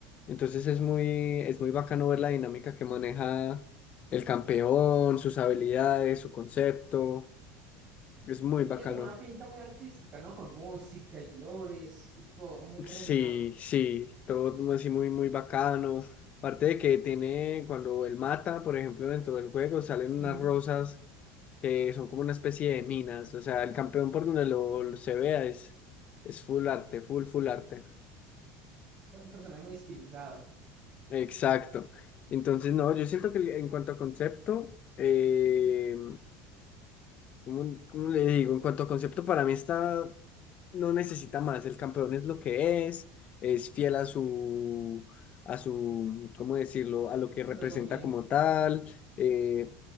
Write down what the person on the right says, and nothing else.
Él
tiene como una pinta muy artística, ¿no? Con música y flores y todo, muy refinado.
ujú,
Un personaje muy estilizado.
Filosofía,